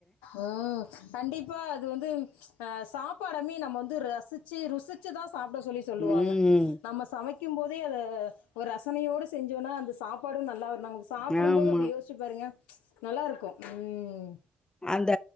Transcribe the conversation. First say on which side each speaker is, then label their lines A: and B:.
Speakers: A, on the left; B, on the left.
A: ம் கண்டிப்பா அது வந்து அ சாப்பாடமே நம்ம வந் து ரசிச்சு ருசிச்சு தா சாப்ட சொல்லி சொல்லுவாங்க
B: ம்
A: நம்ம சமை க்கும் போதே அத ஒரு ரசனையோடு செஞ்சோனா அந்த சாப்பாடு நல்லா நாங்க சாப்டும்
B: ஆமா
A: போது அ யோசிச்சு பாருங்க நல்லா இருக்கு ம்
B: அந்த